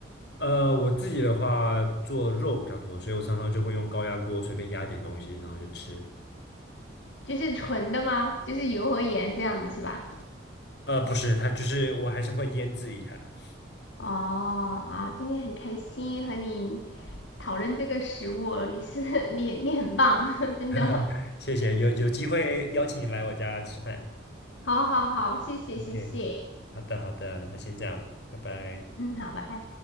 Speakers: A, on the left (about 60°); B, on the left (about 75°).
A: 呃，我自己的话做肉比较多，所以我常常就会用高压锅随便压点东西，然后就吃。
B: 就是纯的吗？就是油和盐这样子是吧？
A: 呃，不是，它就是我还是会腌制一下。<laughs>
B: 哦啊，今天很开心和你讨论这个食物哦，你是 <laughs> 你你很棒，<laughs> 真的，
A: 哈哈，谢谢，有有机会邀请你来我家吃饭。
B: 好好好，谢谢谢谢，
A: OK，好的好的，那先这样，拜拜。
B: 嗯，好，拜拜。